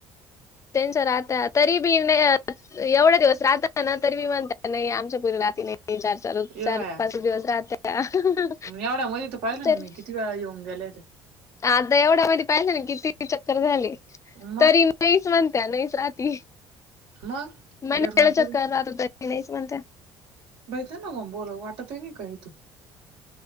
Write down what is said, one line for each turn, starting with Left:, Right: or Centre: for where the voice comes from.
Left: तेच्या राहत्या. तरी बी मि एवडया दिवस राहता ना तरी बी म्हणतात नाही आमच्या पूर्वी राहात नाही. त चार - चार
Right: ये
Left: चार
Right: बाया
Left: पाच दिवस राहत्या.
Right: एवढ्या मध्ये तर पाहिलं
Left: तरी
Right: ना मी
Left: --
Right: किती वेळा येऊन गेल्या त्या
Left: आता एवढ्या मध्ये पाहिले ना किती चक्कर झाले.
Right: मग
Left: तरी नाहीच म्हणत्या, नाहीच राती.
Right: मग
Left: महिन्याला
Right: गिरनाट
Left: चक्कर राहत्या <unintelligible> नाहीच म्हणत्या.
Right: माहितीय त ना मग बोला वाटत आहे नाही काही तू.